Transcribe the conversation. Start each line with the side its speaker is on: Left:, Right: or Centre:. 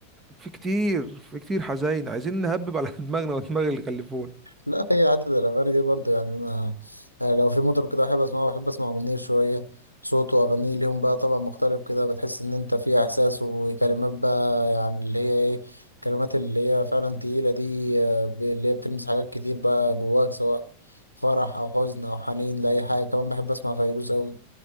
Right: في كتير في كتير حزين عايزين نهبب على <laughs> دماغنا ودماغ اللي خلفونا
Left: لا هي حتة الأغاني دي برضه يعني أنا آه، لو في مطرب كده بحب أسمعه بحب أسمع منير شوية صوته وأغانيه ليهم بقى طبعا مختلف كده بتحس إن أنت في إحساس وكلمات بقى يعني اللي هي إيه الكلمات اللي هي فعلا تقيلة دي آه، ب- اللي هي بتلمس حاجات كتير بقى جواك سواء فرح أو حزن أو حنين لأي حاجة كمان بحب أسمع فيروز أوي